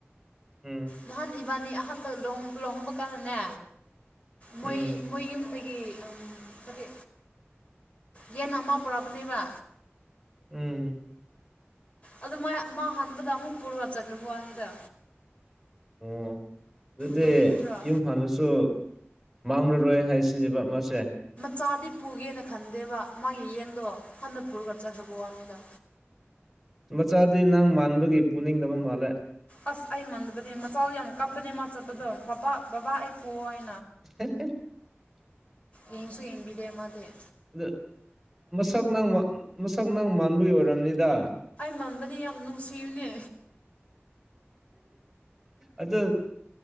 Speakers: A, in the centre; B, on the left.
A: ꯎꯝ
B: ꯅꯍꯥꯟ ꯏꯕꯥꯅꯤ ꯑꯍꯥꯟꯕ ꯂꯨꯍꯣꯡꯕ ꯀꯥꯟꯗꯅꯦ ꯃꯣꯏ
A: ꯎꯝ
B: ꯃꯌꯨꯝꯗꯒꯤ ꯀꯔꯤ ꯌꯦꯟ ꯑꯃ ꯄꯨꯔꯛꯑꯕꯅꯦꯕ
A: ꯎꯝ
B: ꯑꯗꯨ ꯃꯥ ꯍꯟꯥꯟꯕꯗ ꯑꯃꯨꯛ ꯄꯨꯔꯒ ꯆꯠꯈ꯭ꯔ ꯋꯥꯅꯤꯗ
A: ꯑꯣ ꯑꯗꯨꯗꯤ
B: ꯅꯣꯛꯅꯤꯡꯕ꯭ꯔꯥ
A: ꯌꯨꯝ ꯐꯥꯜꯁꯨ ꯃꯥꯡꯂꯔꯣꯏ ꯍꯥꯏꯁꯤꯅꯦꯕ ꯃꯥꯁꯦ
B: ꯆꯥꯗꯤ ꯄꯨꯒꯦꯅ ꯈꯟꯗꯦꯕ ꯃꯥꯒꯤ ꯌꯦꯟꯗꯣ ꯍꯟꯅ ꯄꯨꯔꯒꯗ ꯆꯟꯕꯣꯕꯥꯃꯤꯗ
A: ꯆꯥꯗꯤ ꯅꯪ ꯃꯥꯟꯕꯒꯤ ꯄꯨꯅꯤꯡꯗꯕ ꯃꯥꯜꯂꯦ
B: ꯑꯁ ꯑꯩ ꯃꯟꯗꯕꯅꯦ ꯃꯆꯥ ꯌꯥꯝ ꯀꯞꯄꯅꯦ ꯃꯥ ꯆꯠꯄꯗꯣ ꯐꯕ ꯕꯕꯥ ꯑꯩ ꯄꯣꯛꯑꯣꯏ
A: <unintelligible>
B: ꯌꯦꯡꯁꯨ ꯌꯦꯡꯕꯤꯗ ꯃꯥꯗꯤꯦ
A: ꯑꯗ ꯃꯁꯛ ꯃꯁꯛ ꯅꯪ ꯃꯥꯟꯕꯒꯤ ꯑꯣꯏꯔꯕꯅꯤꯗ
B: ꯃꯝꯕꯅꯤ ꯌꯥꯝ ꯅꯨꯡꯁꯤꯅꯦ
A: ꯑꯗꯣ